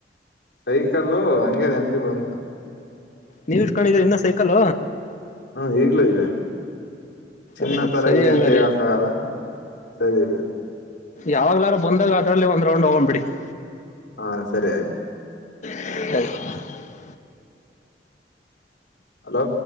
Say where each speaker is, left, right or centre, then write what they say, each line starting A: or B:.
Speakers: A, on the left; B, on the left.
A: ಸೈಕಲ್ಲ ಹಂಗೆ ನೆನಪಿಗ್ ಬಂತು
B: ನೀ ಇಷ್ಟಕೊಂಡಿದೀರಇನ್ನ ಸೈಕಲ್
A: ಹಾ ಈಗ್ಲಾ ಇದೆ ಚಿನ್ನ
B: ಹ
A: ತರ
B: ಸರಿ
A: ಇದೆ
B: ಹಂಗಾರೀ
A: ಅಂತ ಹೇಳಕ್ ಆಗಲ್ಲ ಸರಿ ಸರಿ
B: ಯಾವಾಗ್ಲಾರು ಬಂದಾಗ ಅದ್ರಲ್ಲಿ ಒ <unintelligible> ತೊಂಡ ಒಂಬಿಡಿ <unintelligible>
A: ಹಾ ಸರಿ ಆಯ್ತು
B: ಹ <inaudible>
A: ಹಲೋ